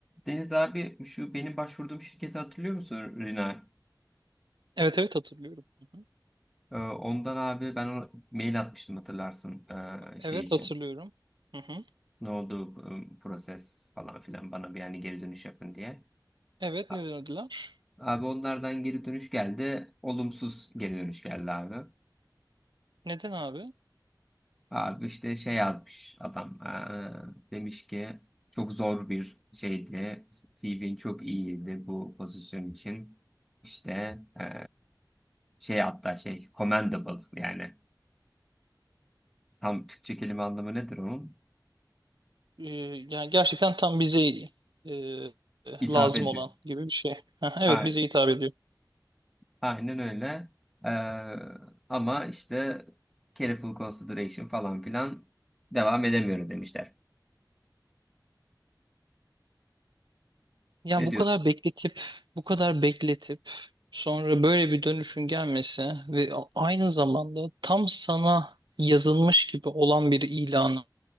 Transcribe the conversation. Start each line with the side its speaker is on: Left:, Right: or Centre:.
Centre: Deniz abi şu benim başvurduğum şirketi hatırlıyor musun Rina?
Right: Evet evet hatırlıyorum. Hı hı.
Centre: Ee, ondan abi ben ona mail atmıştım hatırlarsın ee,
Right: Evet
Centre: şey için.
Right: hatırlıyorum. Hı hı.
Centre: Ne oldu bu ıı, proses falan filan bana bir yani geri dönüş yapın diye.
Right: Evet
Centre: A-
Right: neden ödüler?
Centre: Abi onlardan geri dönüş geldi. Olumsuz geri dönüş geldi abi.
Right: Neden abi?
Centre: Abi işte şey yazmış adam. ee, demiş ki çok zor bir şeydi. CV'nin çok iyiydi bu pozisyon için. İşte ee, şey hatta şey commendable yani Tam Türkçe kelime anlamı nedir onun?
Right: Ee, yani gerçekten tam bize e,
Centre: İthaf
Right: lazım
Centre: ediyor.
Right: olan gibi bir şey. Hı hı, Evet
Centre: A-
Right: bize hitap ediyor.
Centre: Aynen öyle. Ee, ama işte careful consideration falan filan devam edemiyoruz demişler.
Right: Yani
Centre: Ne
Right: bu
Centre: diyorsun?
Right: kadar bekletip bu kadar bekletip sonra böyle bir dönüşün gelmesi ve a- aynı zamanda tam sana yazılmış gibi olan bir ilanı.